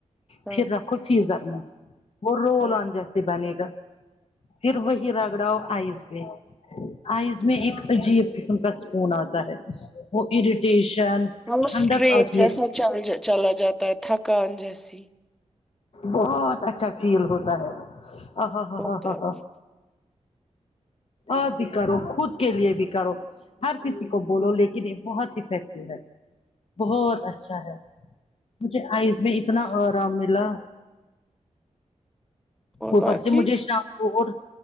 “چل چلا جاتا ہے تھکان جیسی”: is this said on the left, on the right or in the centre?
Centre